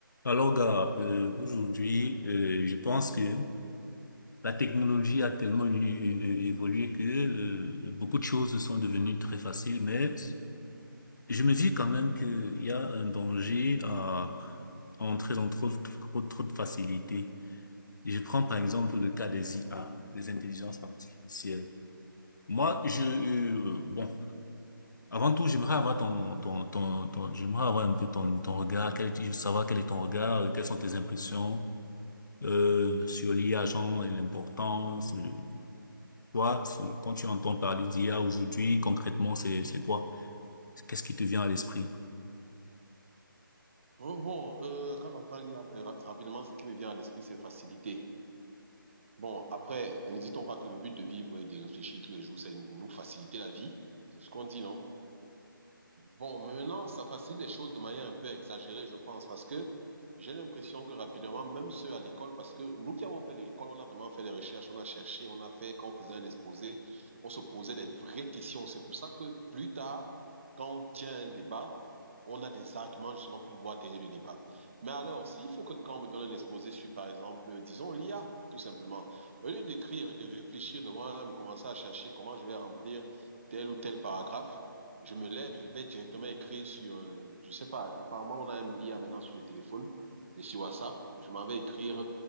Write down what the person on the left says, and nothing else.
Alors, gars, euh, aujourd'hui, euh, je pense que la technologie a tellement é- é- évolué que euh, beaucoup de choses sont devenues très faciles, mais je me dis quand même qu'il y a un danger à, à entrer dans trop, trop, trop de facilité. Je prends par exemple le cas des IA, des intelligences artificielles. Moi, je, euh, bon, avant tout, j'aimerais avoir ton, ton, ton, ton- j'aimerais avoir un peu ton, ton regard, quel est- savoir quel est ton regard, euh, quelles sont tes impressions. euh, sur l'IA genre et l'importance. euh, Toi, c'est- quand tu entends parler d'IA aujourd'hui, concrètement, c'est c'est quoi? Qu'est-ce qui te vient à l'esprit?